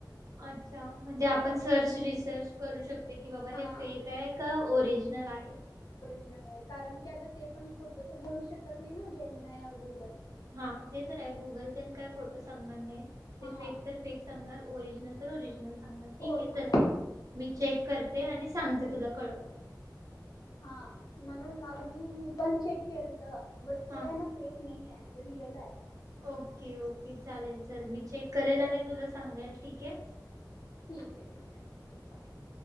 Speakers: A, on the right (about 50°); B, on the left (about 55°).
A: अच्छा म्हणजे आपण सर्च रिसर्च करू शक की बाबा
B: हा
A: हे फेक आहे का ओरिजनल आहे
B: नाही कारण की आता ते पण खोटं तर बोलू शकत नाही ना जेमिनाय ऑर गुगल
A: हा ते तर आहे गुगल तेन काय खोटं सांगणार नाहीत ते
B: हा
A: फेक तर फेक सांगणार ओरिज नंतर ओरिजनल सांगा ठीक
B: ओरिजनल
A: आहे चल मी चेक करते आणि सांगते तुला कळवते
B: हा म्हणून मागे मी मी पण चेक केल त बट ते
A: हा
B: आहे ना फेक नईये रिअल हाय
A: ओके ओके चालेल चल मी चेक करेल आणि तुला सांगेल ठीक हाय.
B: ठीक हाय ठीक हाय